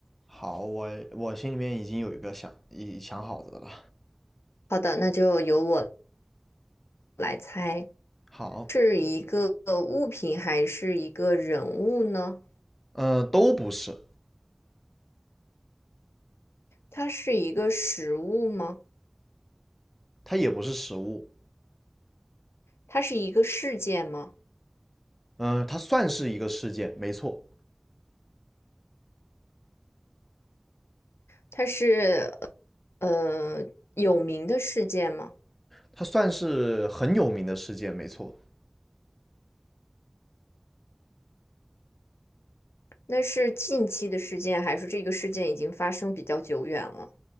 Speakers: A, in the centre; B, on the left.
A: 好，我我心里面已经有一个想已想好的了。
B: 好的，那就由我来猜，
A: 好，
B: 是一个物品还是一个人物呢？
A: 嗯、呃都不是，
B: 它是一个实物吗？
A: 它也不是食物，
B: 它是一个事件吗？
A: 嗯、呃它算是一个事件，没错，
B: 它是呃有名的事件吗？
A: 它算是很有名的事件，没错。
B: 那是近期的事件，还是这个事件已经发生比较久远了？